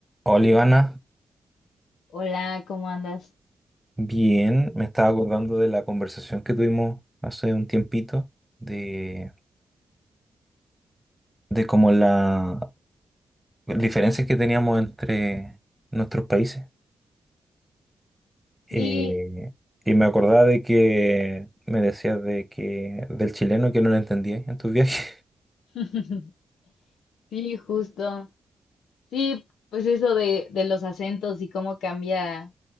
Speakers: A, in the centre; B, on the left (about 80°).
A: Hola Ivana,
B: Hola, ¿cómo andas?
A: bien, me estaba acordando de la conversación que tuvimos hace un tiempito, de, de como las diferencias que teníamos entre nuestros países. Eh,
B: Sí,
A: y me acordaba de que me decías de que del chileno que no lo entendías en tus viajes.
B: <laughs> sí, justo. Sí, pues eso de, de los acentos y cómo cambia